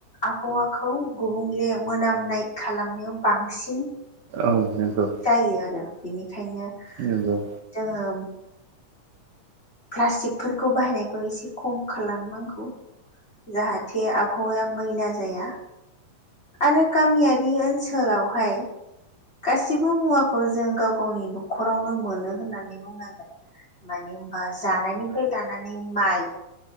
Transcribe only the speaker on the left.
आबहावाखौ गुबुंले मोनामनाय खालामनायाव बांसिन
जायो आरो बेनिखायनो
जोंङो प्लास्टिकफोरखौ बाहायनायखौ एसे खम खालामनांगौ जाहाथे आबहावाया मैला जाया आरो गामियारि ओनसोलावहाय गासिबो मुवाखौ जों गाव गावनि न'खरावनो मोनो होननानै बुंनांगोन। मानि होनबा जानायनिफ्राय लानानै माइ